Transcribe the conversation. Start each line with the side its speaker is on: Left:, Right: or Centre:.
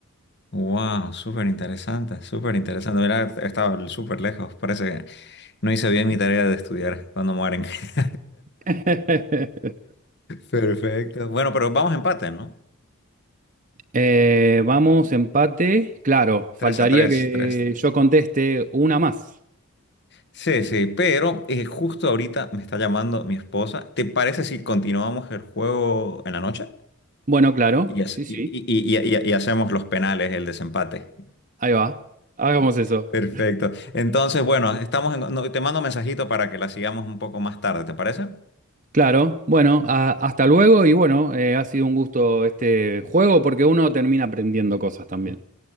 Left: Wow, súper interesante, súper interesante. Mira, estaba súper lejos. Parece que no hice bien mi tarea de estudiar cuando mueren. <laughs>
Right: <laughs>
Left: Perfecto. Bueno, pero vamos a empate, ¿no?
Right: Eh, vamos, empate. Claro, faltaría
Left: Tres a tres,
Right: que
Left: tres.
Right: yo conteste una más.
Left: Sí, sí, pero eh, justo ahorita me está llamando mi esposa. ¿Te parece si continuamos el juego en la noche?
Right: Bueno, claro,
Left: Y, hac-
Right: sí, sí.
Left: y, y- y- y- y hacemos los penales, el desempate.
Right: Ahí va. Hagamos eso.
Left: Perfecto. Entonces, bueno, estamos en- no, te mando un mensajito para que la sigamos un poco más tarde, ¿te parece?
Right: Claro, bueno, a- hasta luego y bueno, eh, ha sido un gusto este juego porque uno termina aprendiendo cosas también.